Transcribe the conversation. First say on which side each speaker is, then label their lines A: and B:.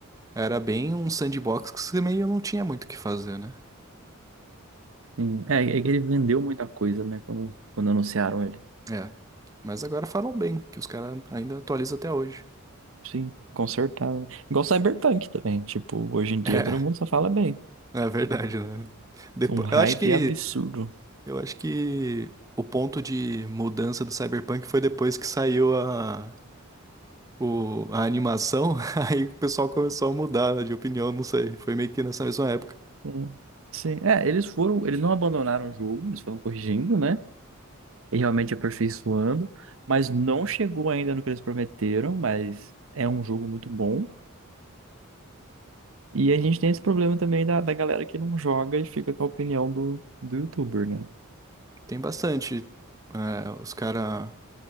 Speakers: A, on the right; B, on the right.
A: era bem um sandbox que você meio não tinha muito o que fazer, né?
B: em- É, é que ele vendeu muita coisa, né? Quando, quando anunciaram ele.
A: É. Mas agora falam bem, que os caras ainda atualizam até hoje.
B: Sim, consertado. né? Igual Cyberpunk também. Tipo, hoje em dia
A: <laughs>
B: todo mundo só fala bem.
A: É, é verdade, né? Depois,
B: Um
A: eu
B: hype
A: acho que
B: absurdo.
A: eu acho que o ponto de mudança do Cyberpunk foi depois que saiu a, o, a animação, <laughs> aí o pessoal começou a mudar de opinião, não sei. Foi meio que nessa mesma época.
B: Sim, sim. É, eles foram, eles não abandonaram o jogo, eles foram corrigindo, né? E realmente aperfeiçoando, mas não chegou ainda no que eles prometeram, mas é um jogo muito bom. E a gente tem esse problema também da, da galera que não joga e fica com a opinião do, do youtuber, né?
A: Tem bastante. é, os caras